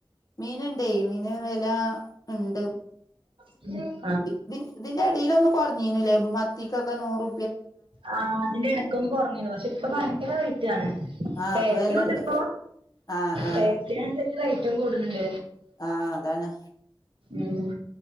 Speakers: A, on the left; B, on the right.
A: മീനിണ്ടേയ് മീന് വെല ണ്ട്
B: <inaudible>
A: ഇ തിന്റെ എടീലൊന്ന് കൊർഞ്ഞീന്നു ലെ മത്തിക്കൊക്കെ നൂറു
B: ആ അതിന്റെ എടക്കൊന്ന് കൊർഞ്ഞീന്നു പക്ഷെ ഇപ്പൊ ഭയങ്കര റേറ്റ് ആണ്
A: ആഹ്
B: ടേസ്റ്റുണ്ട്
A: ഇപ്പൊ വെലണ്ട്
B: പ്പോ
A: ആഹ് ആഹ്
B: ടേസ്റ്റിനൻസര്ച് റേറ്റും കൂട്ണണ്ട്
A: ആ അതാണ്
B: ഉം